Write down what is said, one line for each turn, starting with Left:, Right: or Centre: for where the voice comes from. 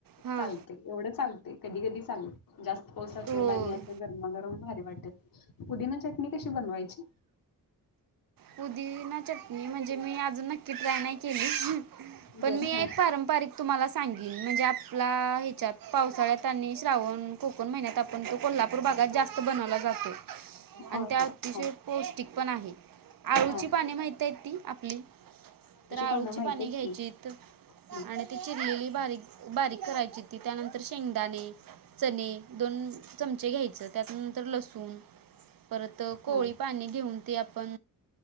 Right: हां
Left: चालत एवढं चालतय कधी कधी चालेल जास्त पाऊस असेल
Right: होय
Left: आणि असं गरमागरम भारी वाटेल पुदिना चटणी कशी बनवायची
Right: पुदिना चटणी म्हणजे मी अजून नक्की ट्राय नाही केली
Left: बरं
Right: पण मी
Left: हा
Right: एक पारंपरिक तुम्हाला सांगीतल म्हणजे आपला ह्याच्यात पावसाळ्यात आणि श्रावण कोकण महिन्यात आपण तो कोल्हापूर भागात जास्त बनवला जातो आणि
Left: होय
Right: त्या अतिशय
Left: होय हा
Right: पौष्टिक पण आहे आळूची
Left: हा
Right: पाने माहती आहे ती आपली तर आळूची
Left: पानं माहित
Right: पाणी
Left: आहेत
Right: घ्यायचीत
Left: की ह
Right: आणि ती चिरलेली बारीक बारीक करायची ती त्यानंतर तर शेंगदाणे चणे दोन चमचे घ्यायचं त्यानंतर लसूण परत कोवळी
Left: हा
Right: पाने घेऊन ते आपण